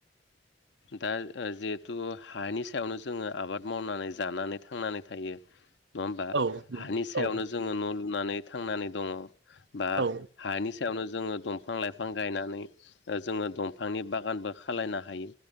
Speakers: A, on the left (about 70°); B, on the right (about 75°).
A: दा ओ जिहेथु हानि सायावनो जोङो आबाद मावनानै जानानै थांनानै थायो नङा होमबा
B: औ नंगौ
A: हानि सायावनो
B: औ
A: जोङो न' लु नानै थांनानै दङ बा
B: औ
A: हानि सायावनो जोङो दंफां लाइफां गायनानै ओ जोङो दंफांनि बागानबो खालायनो हायो